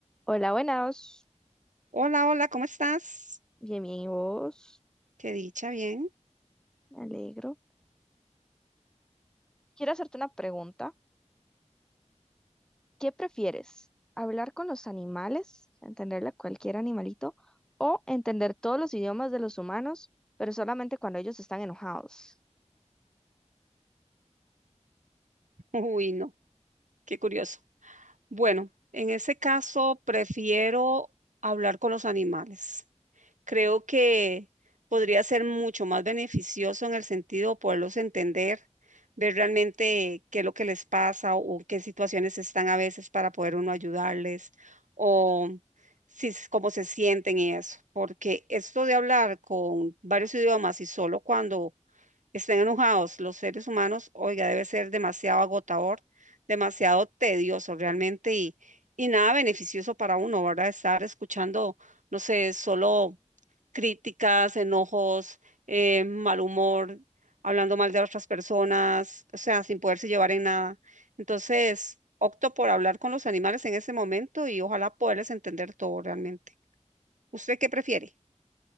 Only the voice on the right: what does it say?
Hola, hola, ¿cómo estás?
Qué dicha, bien.
<laughs> Uy, no, qué curioso. Bueno, en ese caso prefiero hablar con los animales. Creo que podría ser mucho más beneficioso en el sentido de poderlos entender, ver realmente qué es lo que les pasa o qué situaciones están a veces para poder uno ayudarles o si, s- cómo se sienten y eso. Porque esto de hablar con varios idiomas y solo cuando estén enojados los seres humanos, oiga, debe ser demasiado agotador, demasiado tedioso realmente y, y nada beneficioso para uno, ¿verdad? Estar escuchando, no sé, solo críticas, enojos, eh, mal humor, hablando mal de otras personas, o sea, sin poderse llevar en nada. Entonces, opto por hablar con los animales en ese momento y ojalá poderles entender todo realmente. ¿Usted qué prefiere?